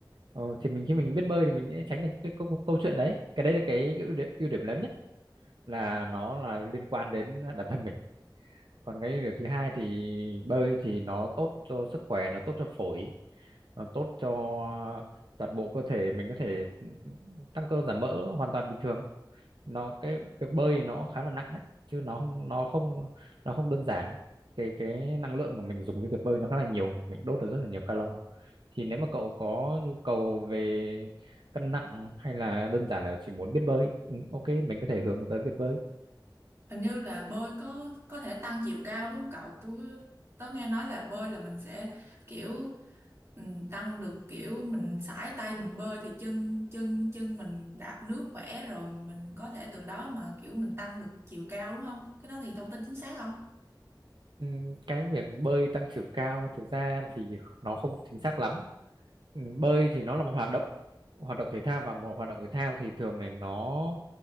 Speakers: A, on the right; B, on the right.
A: ờ, thì mình khi mình biết bơi thì mình sẽ tránh được cái câu, câu chuyện đấy cái đấy là cái, cái ưu điểm, ưu điểm lớn nhất là nó là liên quan đến bản thân mình còn cái điều thứ hai thì bơi thì nó tốt cho sức khỏe nó tốt cho phổi nó tốt cho toàn bộ cơ thể mình có thể ừ, ừ, ừ, tăng cơ giảm mỡ hoàn toàn bình thường nó cái việc bơi thì nó khá là nặng đấy chứ nó không nó không nó không đơn giản cái cái năng lượng của mình dùng cái việc bơi nó khá là nhiều mình đốt được rất là nhiều calo thì nếu mà cậu có nhu cầu về cân nặng hay là đơn giản là chỉ muốn biết bơi ừ, ok mình có thể hướng tới việc bơi
B: Hình như là bơi có có thể tăng chiều cao đúng không cậu? Tôi tớ nghe nói là bơi là mình sẽ kiểu ừ, tăng được kiểu mình sải tay mình bơi thì chân chân chân mình đạp nước khỏe rồi mình có thể từ đó mà kiểu mình tăng được chiều cao đúng không? Cái đó thì thông tin chính xác không?
A: Ừ, cái việc bơi tăng chiều cao thực ra thì nó không chính xác lắm Ừ, bơi thì nó là một hoạt động hoạt động thể thao và một hoạt động thể thao thì thường này nó